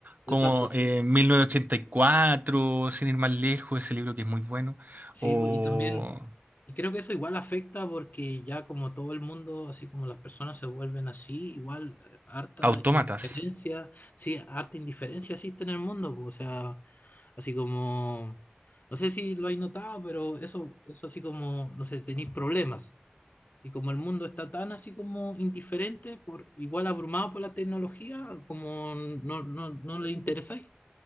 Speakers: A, on the right; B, on the left.
A: Como
B: exacto, sí.
A: eh, 1984, sin ir más lejos, ese libro que es muy bueno,
B: Sí,
A: o
B: pues, y también, y creo que eso igual afecta porque ya como todo el mundo, así como las personas se vuelven así, igual eh, harta
A: Autómatas.
B: indiferencia, sí, harta indiferencia existe en el mundo, pues, o sea, así como, no sé si lo hay notado, pero eso, eso así como, no sé, tenéis problemas. Y como el mundo está tan así como indiferente, por, igual abrumado por la tecnología, como no, no, no le interesáis.